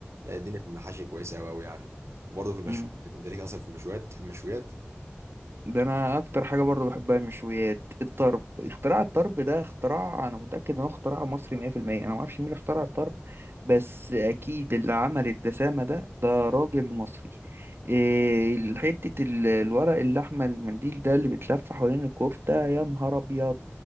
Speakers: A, on the right; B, on the right.
A: لا الدنيا في المحاشي كويسة أوي أوي يعني وبرضه في المشويات
B: مم.
A: أنت ليك أصلا في المشويات تحب المشويات
B: ده انا اكتر حاجه برضه بحبها المشويات الطرب اختراع الطرب ده اختراع انا متاكد انه اختراع مصري 100% انا ما اعرفش مين اللي اخترع الطرب بس اكيد اللي عمل الدسامه ده ده راجل مصري إيه حته ال- الورق اللحمه المنديل ده اللي بيتلف حوالين الكفته يا نهار ابيض